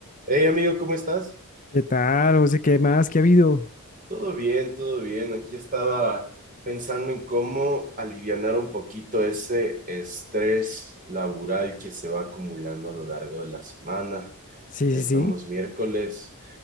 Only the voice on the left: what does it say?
¿Qué tal? José? ¿Qué más? ¿Qué ha habido?
Sí,
sí, sí.